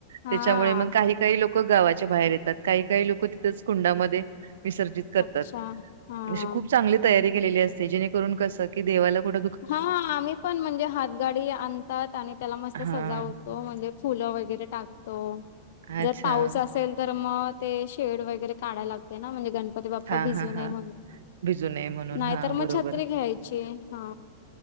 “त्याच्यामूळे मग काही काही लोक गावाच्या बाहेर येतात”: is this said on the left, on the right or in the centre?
Right